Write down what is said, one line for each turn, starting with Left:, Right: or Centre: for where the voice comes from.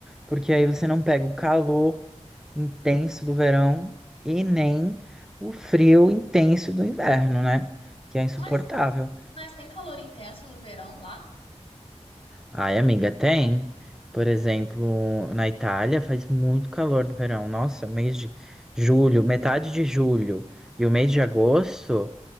Centre: porque aí você não pega o calor intenso do verão e nem o frio intenso do inverno, né? Que é insuportável.
Left: Mas, mas tem calor intenso no verão lá?
Centre: Ai, amiga, tem. Por exemplo, na Itália faz muito calor no verão. Nossa, mês de julho, metade de julho e o mês de agosto.